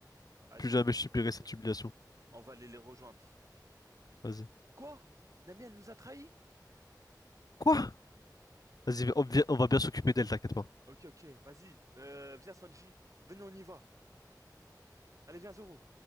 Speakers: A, on the right; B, on the left.
A: Vas-y,
B: Plus jamais je subirai
A: on,
B: cette humiliation.
A: on va aller les rejoindre.
B: Vas-y.
A: Quoi? Nami, elle nous a trahis?
B: Quoi? Vas-y, on, vi- on va bien s'occuper d'elle, t'inquiète pas.
A: Ok, ok, vas-y. Euh, viens Sanji. Venez, on y va. Allez, viens Zoro.